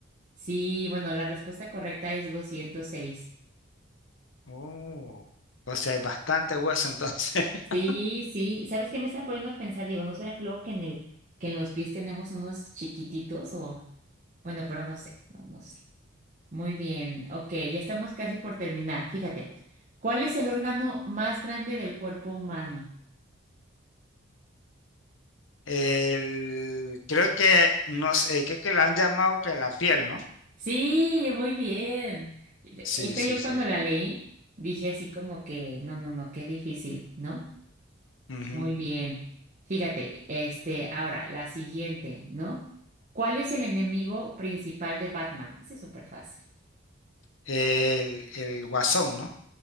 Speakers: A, on the right; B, on the left.
A: Sí, bueno, la respuesta correcta es doscientos seis
B: Oh, o sea, hay bastante hueso entonces. <laughs>
A: Sí, sí. ¿Sabes qué me estaba poniendo a pensar? Digo, ¿no será que luego que en el, que en los pies tenemos unos chiquititos o, bueno, pero no sé, no, no sé. Muy bien, ok, ya estamos casi por terminar. Fíjate, ¿cuál es el órgano más grande del cuerpo humano?
B: El, creo que no sé, creo que la han llamado que la piel, ¿no?
A: Sí, muy bien.
B: Sí,
A: Esta
B: sí,
A: yo
B: sí.
A: cuando la leí dije así como que, no, no, no, qué difícil, ¿no?
B: Ujú.
A: Muy bien. Fíjate, este, ahora, la siguiente, ¿no? ¿Cuál es el enemigo principal de Batman? Ese es súper fácil.
B: El, el guasón, ¿no?